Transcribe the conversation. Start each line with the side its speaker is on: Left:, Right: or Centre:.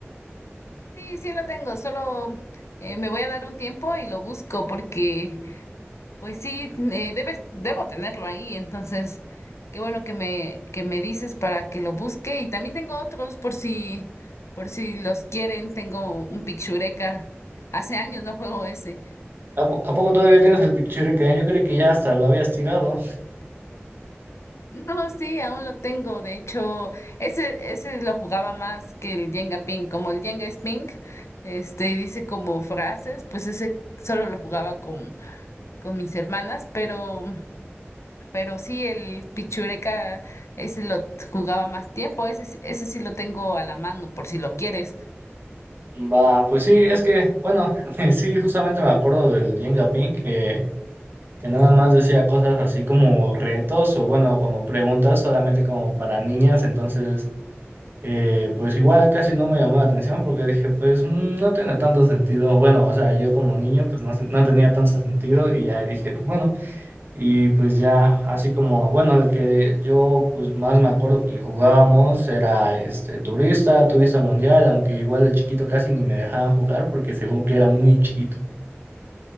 Left: Sí, sí lo tengo, solo eh, me voy a dar un tiempo y lo busco porque, pues sí, eh, debes, debo tenerlo ahí, entonces, qué bueno que me, que me dices para que lo busque y también tengo otros por si, por si los quieren, tengo un Picchureca, hace años no juego ese.
Right: ¿A, po- a poco todavía tienes el Pictureka? Yo creí que ya hasta lo habías tirado.
Left: No, sí, aún lo tengo, de hecho, ese, ese lo jugaba más que el Jenga Ping, como el Jenga es Ping, este, y dice como frases, pues ese solo lo jugaba con mis hermanas, pero, pero sí, el pichureca, ese lo jugaba más tiempo, ese, sí- ese sí lo tengo a la mano por si lo quieres.
Right: Va, pues sí, es que, bueno, <laughs> sí, justamente me acuerdo del Jenga Pink que, que nada más decía cosas así como retos o bueno, como preguntas solamente como para niñas, entonces... Eh, pues igual casi no me llamó la atención porque dije, pues mm, no tiene tanto sentido. Bueno, o sea, yo como niño, pues no, se- no tenía tanto sentido y ya dije, pues, bueno, y pues ya así como, bueno, el que yo pues más me acuerdo que jugábamos era este turista, turista mundial, aunque igual de chiquito casi ni me dejaban jugar porque según que era muy chiquito.